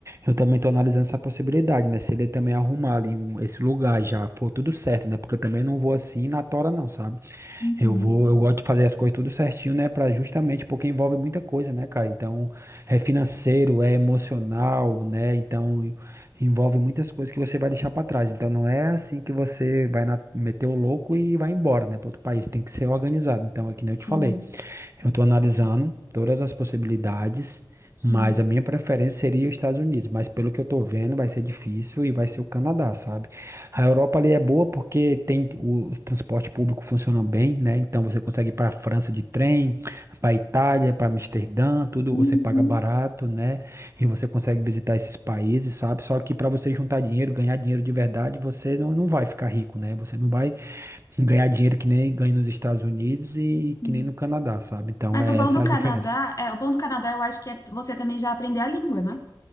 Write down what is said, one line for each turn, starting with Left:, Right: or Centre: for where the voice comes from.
Right: eu também tô analisando essa possibilidade, né? Se ele também arrumar ali um, esse lugar já for tudo certo, né? Porque eu também não vou assim na tora, não, sabe?
Left: uhum,
Right: Eu vou, eu gosto de fazer as coisas tudo certinho, né? Para justamente porque envolve muita coisa, né, cara? Então, é financeiro, é emocional, né? Então, en- envolve muitas coisas que você vai deixar para trás. Então, não é assim que você vai na- meter o louco e vai embora, né, para outro país. Tem que ser organizado. Então, é que nem
Left: sim,
Right: eu te falei. Eu estou analisando todas as possibilidades,
Left: sim,
Right: mas a minha preferência seria os Estados Unidos. Mas pelo que eu estou vendo, vai ser difícil e vai ser o Canadá, sabe? A Europa ali é boa porque tem o transporte público funciona bem, né? Então você consegue ir para a França de trem, para a Itália, para Amsterdã, tudo
Left: uhum,
Right: você paga barato, né? E você consegue visitar esses países, sabe? Só que para você juntar dinheiro, ganhar dinheiro de verdade, você não, não vai ficar rico, né? Você não vai ganhar dinheiro que nem ganha nos Estados Unidos e
Left: sim.
Right: que nem no Canadá, sabe? Então,
Left: Mas
Right: é
Left: o bom
Right: essa
Left: do Canadá,
Right: a diferença.
Left: é, o bom do Canadá eu acho que é você também já aprender a língua, né?